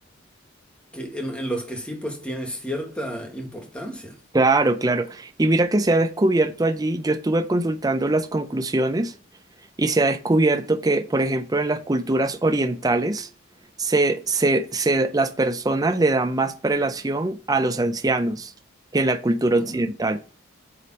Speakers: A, in the centre; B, on the right.
A: que en, en los que sí pues tiene cierta importancia.
B: Claro, claro. Y mira que se ha descubierto allí, yo estuve consultando las conclusiones y se ha descubierto que, por ejemplo, en las culturas orientales, se, se, se, las personas le dan más prelación a los ancianos que en la cultura
A: Mm.
B: occidental.